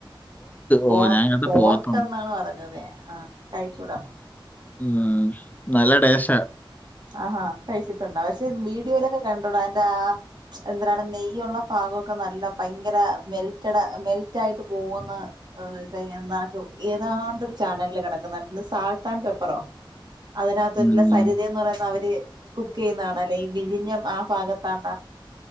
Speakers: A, on the right (about 50°); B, on the left (about 20°).
A: പോർ
B: ഓ ഞാൻ കണ്ട
A: പോർക്ക
B: പോത്താണ്
A: എന്നാണ് പറഞ്ഞത് ആഹ കഴിച്ചൂടാ
B: ഉം നല്ല ടേസ്റ്റാ
A: ആഹാ കഴിച്ചിട്ടുണ്ട പക്ഷെ വീഡിയോയിലൊക്കെ കണ്ടോടാ അതിന്റെറെ ആ എന്താണ് നെയ്യുള്ള ഭാഗ്ക്കെ നല്ല ഭയങ്കര മെൽറ്റഡ മെൽറ്റ ആയിട്ട് പോകന്ന് ഏ കഴിഞ്ഞ നിനക്ക് ഏതാണ്ടരു ചാനലില് കിടക്കുന്ന സാൾട്ട് ആൻഡ് പേപ്പറോ അതിനകത്തൊരുള്ള
B: ഉം.
A: സരിതന്ന് പറയുന്നത് അവര് കുക്ക് ചെയ്യുന്നതാണ് അല്ലെ ഈ വിഴിഞ്ഞം ആ ഭാഗത്താണ്ടാ